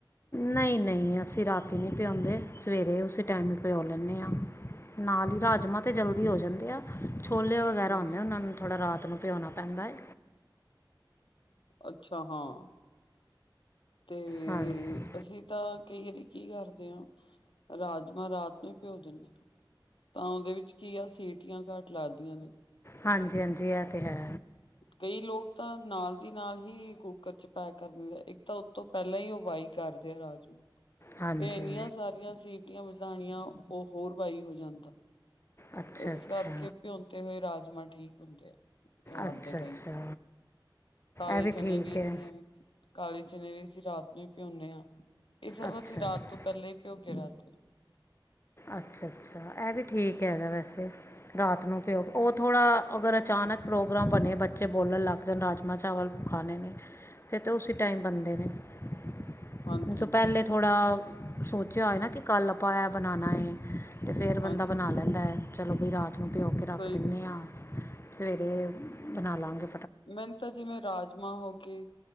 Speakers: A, on the left; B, on the left.
A: ਨਹੀਂ -ਨਹੀਂ ਅਸੀਂ ਰਾਤੀ ਨਹੀਂ ਭਿਆਉਂਦੇ ਸਵੇਰੇ ਉਸੇ ਟਾਇਮ ਈ ਭਿਉਂ ਲੈਨੇ ਆਂ। ਨਾਲ ਹੀ ਰਾਜਮਾਂਹ ਤਾਂ ਜਲਦੀ ਹੋ ਜਾਂਦੇ ਆ ਛੋਲੇ ਵਗ ਵਗੈਰਾ
B: ਹਾਂਜੀ
A: ਹੁੰਦੇ ਉਹਨਾਂ ਨੂੰ ਥੋੜ੍ਹਾ ਰਾਤ ਨੂੰ ਭਿਉਣਾ ਪੈਂਦਾ ਹੈ।
B: ਅੱਛਾ ਹਾਂ। ਅਤੇ <unintelligible>
A: ਹਾਂਜੀ
B: ਅਸੀਂ ਤਾਂ ਕਈ ਵਾਰੀ ਕੀ ਕਰਦੇ ਹਾਂ ਰਾਜਮਾਂਹਰਾਤ ਨੂੰ ਹੀ ਭਿਓ ਦਿੰਦੇ ਆਂ। ਤਾਂ ਉਹਦੇ ਵਿੱਚ ਕੀ ਆ ਸੀਟੀਆਂ ਘੱਟ ਲੱਦੀਆਂ ਨੇ।
A: ਹਾਂਜੀ- ਹਾਂਜੀ ਇਹ ਤਾਂ ਹੈ।
B: ਕਈ ਲੋਕ ਤਾਂ ਨਾਲ ਦੀ ਨਾਲ ਹੀ ਕੁੱਕਰ ਚ ਪੈਕ ਕਰ ਦਿੰਦੇ ਇੱਕ ਪਹਿਲਾਂ ਹੀ ਉਹ ਬਾਈ ਕਰਦੇ ਆ ਰਾਜਮਾਹ
A: ਹਾਂਜੀ
B: ਤੇ ਇੰਨੀਆਂ ਸਾਰੀਆਂ ਸੀ ਸੀਟੀਆਂ ਵਜਾਣੀਆਂ ਉਹ ਹੋਰ ਜਾਂਦਾ ਵਾਈ
A: ਅੱਛਾ
B: ਇਸ
A: ਅੱਛਾ
B: ਕਰਕੇ ਭਿਉ ਤੇ ਰਾਜਮਾਂਹ ਠੀਕ ਹੁੰਦੇ ਆ। ਰਾਤ
A: ਅੱਛਾ
B: ਦੇ ਟਾਈਮ,
A: ਅੱਛਾ
B: ਕਾਲੇ
A: ਇਹ
B: ਚਨੇ
A: ਠੀਕ
B: ਵੀ
A: ਹੈ
B: ਅਸੀਂ ਐਵੇਂ ਕਾਲੇ ਚਨੇ ਵੀ ਅਸੀਂ ਰਾਤ ਨੂੰ ਹੀ ਭਿਉਂਦੇ ਹਾਂ ਇਹ ਸਭ
A: ਅੱਛਾ
B: ਅਸੀਂ ਰਾਤ
A: ਅੱਛਾ
B: ਤੋਂ ਪਹਿਲਾਂ ਹੀ ਭਿਉ ਕੇ ਰੱਖਦੇ ਹਾਂ।
A: ਅੱਛਾ- ਅੱਛਾ ਇਹ ਵੀ ਠੀਕ ਹੈਗਾ ਵੈਸੇ ਰਾਤ ਨੂੰ ਭਿਓ ਉਹ ਥੋੜ੍ਹਾ ਅਗਰ ਅਚਾਨਕ ਪ੍ਰੋਗਰਾਮ ਬਣੇ ਬੱਚੇ ਬੋਲਣ ਲੱਗ ਜਿੱਦਣ ਰਾਜਮਹ ਚਾਵਲ ਖਾਣੇ ਨੇ ਫਿਰ ਤਾਂ ਉਸ ਟਾਈਮ ਬਣਦੇ ਨੇ। <unintelligible>
B: ਹਾਂਜੀ
A: ਤੇ ਪਹਿਲੇ ਥੋੜਾ ਸੋਚਿਆ ਹੋਏ ਨਾ ਕਿ ਕੱਲ ਆਪਾਂ ਬਣਾਣਾ ਹੈ ਅਤੇ ਫਿਰ ਬੰਦਾ
B: ਹਾਂਜੀ
A: ਬਣਾ ਲੈਂਦਾ ਹੈ ਚਲੋ ਬਈ ਰਾਤ ਨੂੰ ਭਿਓ ਕੇ ਰੱਖ
B: ਸਹੀ
A: ਦਿੰਦੇ
B: ਗੱਲ
A: ਹਾਂ
B: ਆ
A: ਸਵੇਰੇ ਬਣਾ ਲਾ ਗੇ
B: ਮੈਨੂੰ ਤਾਂ ਜਿਵੇਂ ਰਾਜਮਾਂਹ ਹੋ ਗਏ